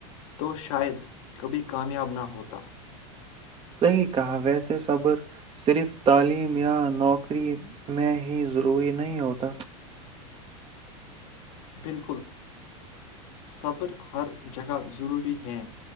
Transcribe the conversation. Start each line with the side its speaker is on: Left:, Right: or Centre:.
Left: تو شاید کبھی کامیاب نہ ہوتا
Right: صحیح کہا ویسے صبر صرف تعلیم یا نوکری میں ہی ضروری نہیں ہوتا
Left: بالکل صبر ہر جگہ ضروری ہے